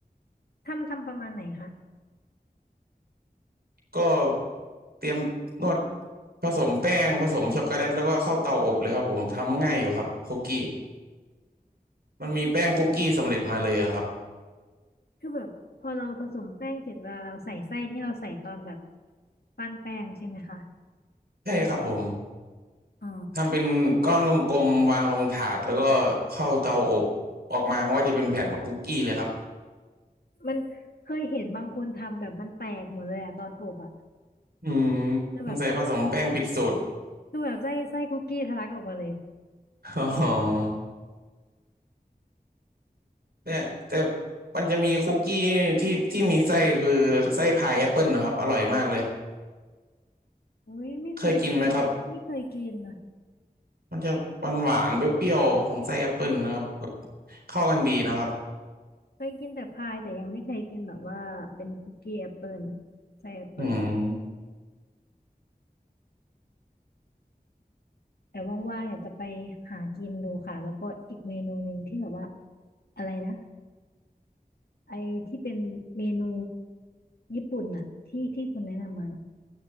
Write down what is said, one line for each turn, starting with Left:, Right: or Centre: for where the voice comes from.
Left: ทำทำประมาณไหนคะ
Right: ก็เตรียมนวดผสมแป้งผสมช็อกโกแลตแล้วก็เข้าเตาอบเลยครับผมทำง่ายอยู่ครับคุกกี้มันมีแป้งคุกกี้สำเร็จมาเลยอะครับ
Left: คือแบบพอเราผสมแป้งเสร็จเวลาเราใส่ไส้นี่เราใส่ตอนแบบปั้นแป้งใช่ไหมคะ
Right: ใช่ครับผม
Left: อ๋อ
Right: ทำเป็นก้อนกลมๆวางลงถาดแล้วก็เข้าเตาอบออกมามันก็จะเป็นแผ่นคุกกี้เลยครับ
Left: มันเคยเห็นบางคนทำแบบมันแตกหมดเลยอะตอนอบอะ
Right: อืม
Left: คือแบบไส้
Right: สงสัยผสมแป้งผิดสูตร
Left: คือแบบไส้ไส้คุกกี้ทะลักออกมาเลย
Right: อ๋อเนี่ยแต่
Left: แบบ
Right: มันจะมีคุกกี้ที่ที่มีไส้คือไส้พายแอปเปิลนะครับ อร่อยมากเลย
Left: อุ้ยไม่เคยกินไม่เคยกินนะ
Right: เคยกินไหมครับ มันจะหวานหวานเปรี้ยวๆของไส้แอปเปิลนะครับแบบเข้ากันดีนะครับ
Left: เคยกินแต่พายแต่ยังไม่เคยกินแบบว่าเป็นคุกกี้แอปเปิลใส่แอปเปิล
Right: อืม
Left: แต่ว่างๆอยากจะไปหากินดูค่ะแล้วก็อีกเมนูหนึ่งที่แบบว่าอะไรนะไอที่เป็นเมนูญี่ปุ่นอะที่ที่คุณแนะนำมาน่ะ